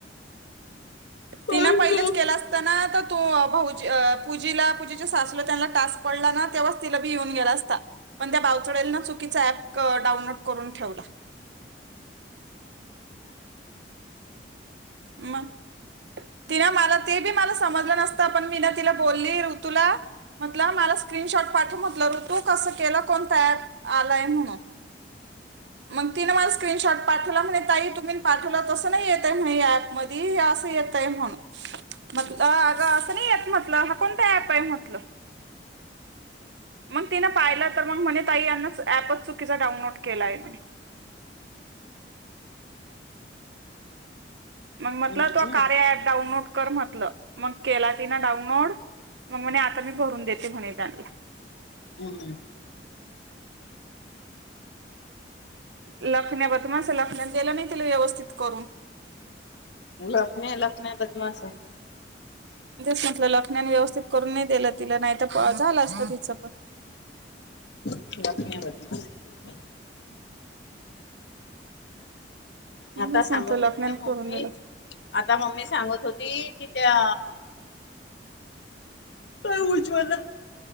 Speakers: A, on the right; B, on the left.
A: तिन
B: और
A: पहिलेच
B: क्या
A: केलं असताना- तू भाज पूजीला. पूजेच्या सासूला त्यांना टास्क पडला ना तेव्हाच तिला बी येऊन गेला असता. पण त्या बावचडेलनं चुकीचा ऍप डाउनलोड करून ठेवला मग? तिनं मला ते बी मला समजलं नसतं. पण मी ना तिला बोलली ऋतूला. म्हटलं मला स्क्रीनशॉट पाठव म्हटलं. ऋतू कस केलं? कोणत ऍप आलाय? म्हणून, मग तिनं मला स्क्रीनशॉट पाठवला, म्हणे ताई तुम्ही पाठवलं तसं नाही येतय म्ह ह ऍप. मधी असं येत आहे म्हणून. म्हटल अग असं नाही येत म्हटलं. हा कोणता ऍप आहे म्हटलं मग तिन पाहिलं. तर मग म्हणे ताई यांनाच ऍपच चुकीचा डाउनलोड केलाय म्हणे. मग म्हटलं
B: हम्म
A: तो कार्या ऍप डाउनलोड कर म्हटलं. मग केला तिन डाउनलोड. मग म्हणे आता मी भरून देते म्हणे त्यांना.
B: हम्म
A: लखण्या ब मा असं लखनत गेलं नाही तला व्यवस्थित करून.
B: लखने लखन्या बदमाशये.
A: तेच म्हटलं लखण्यान व्यवस्थित करून नाही दिलं तिला. नाही तर झालं असत तिचं पण.
B: <unintelligible> आता
A: तेच
B: सांगत
A: म्हटलं
B: होती
A: लखण्याने
B: ना मम्मी.
A: करून दिलं असतं.
B: आता मम्मी सांगत होती कि त्या- हा उज्जव,